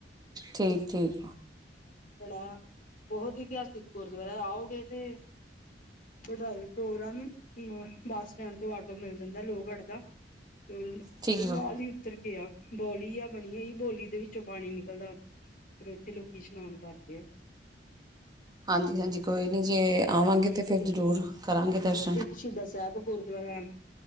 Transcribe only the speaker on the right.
ਠੀਕ- ਠੀਕ।
ਠੀਕ
ਆ
ਹਾਂਜੀ-ਹਾਂਜੀ ਕੋਈ ਨਹੀਂ ਜੇ,
ਆਵਾਂਗੇ ਤਾਂ ਫਿਰ ਜ਼ਰੂਰ ਕਰਾਂਗੇ ਦਰਸ਼ਨ